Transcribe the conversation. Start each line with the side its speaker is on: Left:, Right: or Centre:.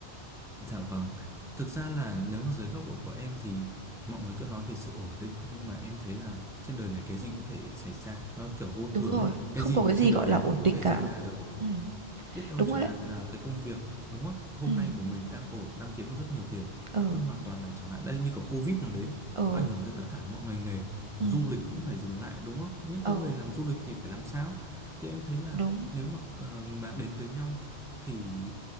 Centre: Dạ vâng, thực ra là nếu mà dưới góc độ của em thì mọi người cứ nói về sự ổn định nhưng mà em thấy là trên đời này cái gì cũng có thể xảy ra, nó
Right: <laughs>
Centre: kiểu vô
Right: đúng
Centre: thường
Right: rồi
Centre: ấy,
Right: không
Centre: cái gì
Right: có
Centre: thì
Right: cái gì
Centre: trên đời
Right: gọi
Centre: này
Right: là ổn
Centre: cũng
Right: định
Centre: có thể
Right: cả
Centre: xảy ra được
Right: ừ
Centre: biết đâu
Right: đúng
Centre: chẳng
Right: rồi đấy
Centre: hạn là cái công việc đúng không hôm
Right: ừ
Centre: nay của mình đang ổn đang kiếm được rất nhiều tiền
Right: ừ
Centre: nhưng hoàn toàn là chẳng hạn đây như kiểu Covid nó đến
Right: ừ
Centre: nó ảnh hưởng tới tất cả mọi ngành nghề
Right: ừ
Centre: du lịch cũng phải dừng lại đúng không những cái
Right: ừ
Centre: người làm du lịch thì phải làm sao thì em thấy là
Right: đúng
Centre: nếu mà ờ, mà đến với nhau thì